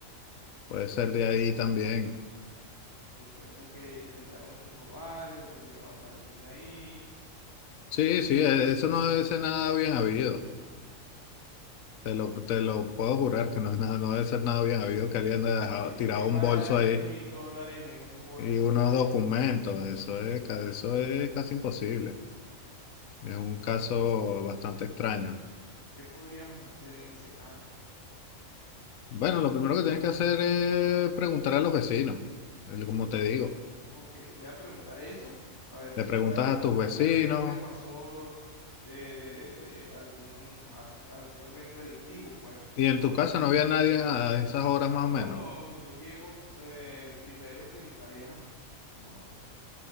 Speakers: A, on the left (about 85°); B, on the left (about 15°).
A: Puede ser de ahí también.
B: Sí, puede ser que intentaron robar, escondieron los maletín ahí, después,
A: Sí, sí,
B: bueno,
A: e- eso no debe ser nada bien habido. Te lo, te lo puedo jurar que no es nada, no debe ser nada bien habido que alguien haya
B: sí,
A: dejado,
B: porque
A: tirado
B: ¿quién
A: un
B: va a
A: bolso
B: dejar diez
A: ahí
B: mil dólares en un bolso,
A: y unos
B: eso es.
A: documentos. Eso es, ca- eso es casi imposible. Es un caso bastante extraño.
B: ¿Qué podríamos hacer en ese caso?
A: Bueno, lo primero que tienes que hacer es preguntar a los vecinos, el- como te digo.
B: Ok, voy a preguntar eso, a ver si
A: Le
B: fue
A: preguntas
B: a-
A: a tus
B: de
A: vecinos
B: un evento que pasó de, de, de algún, algún evento delictivo, pues.
A: y en tu casa no había nadie a esas horas más
B: No,
A: o menos.
B: no, yo llego eh, primero que mi pareja. No,